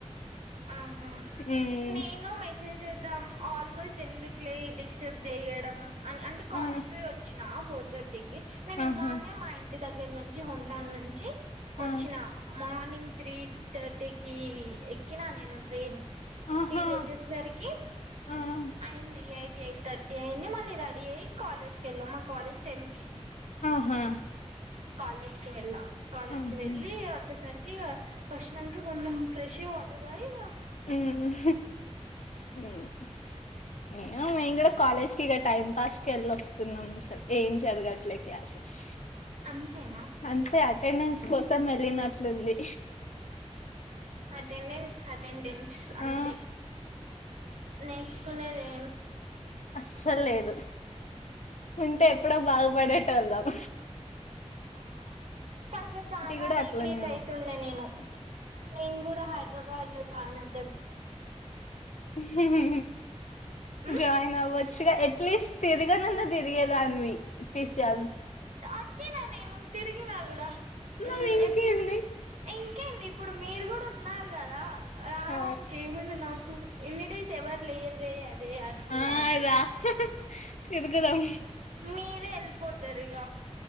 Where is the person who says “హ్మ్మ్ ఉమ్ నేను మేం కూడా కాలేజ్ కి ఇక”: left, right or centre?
Left